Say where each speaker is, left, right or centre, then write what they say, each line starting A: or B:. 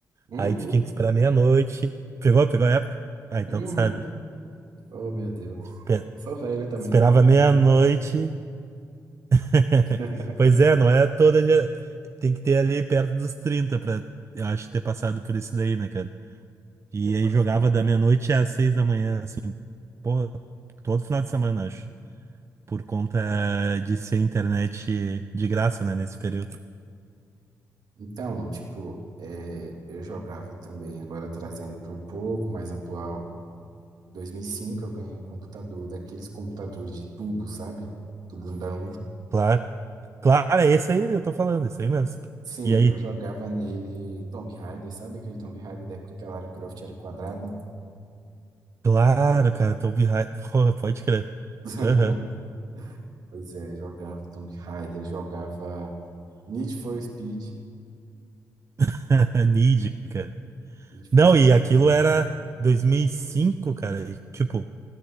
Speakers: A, on the right; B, on the right.
A: Uhum,
B: Aí tu tinha que esperar meia-noite. Pegou? Pegou a época? Ah,
A: uhum.
B: então tu sabe.
A: Oh, meu Deus.
B: Pe-
A: Eu sou velho também,
B: Esperava
A: parece
B: meia-noite
A: não.
B: <laughs>
A: <laughs>
B: Pois é, não é toda gera... Tem que ter ali perto dos 30 pra, eu acho, ter passado por isso daí, né, cara? E
A: Eu
B: aí
A: passei.
B: jogava da meia-noite às seis da manhã, assim, pô, todo final de semana, acho. Por conta de ser internet de graça, né, nesse período.
A: Então, tipo, é, eu jogava também, agora trazendo para um pouco mais atual. 2005 eu ganhei um computador, daqueles computadores de tubo, sabe? Tubundão.
B: Claro. Claro, é esse aí que eu tô falando, esse aí mesmo.
A: Sim,
B: E aí,
A: eu jogava nele Tomb Raider, sabe aquele Tomb Raider da época que a Lara Croft era quadrada?
B: claro, cara, Tomb Raider. <laughs> Porra, pode crer.
A: <laughs>
B: Aham.
A: Pois é, jogava Tomb Raider, jogava Need for Speed,
B: <laughs> Nid, cara.
A: Need for
B: Não,
A: Speed
B: e aquilo
A: Underground.
B: era 2005, cara. E, tipo,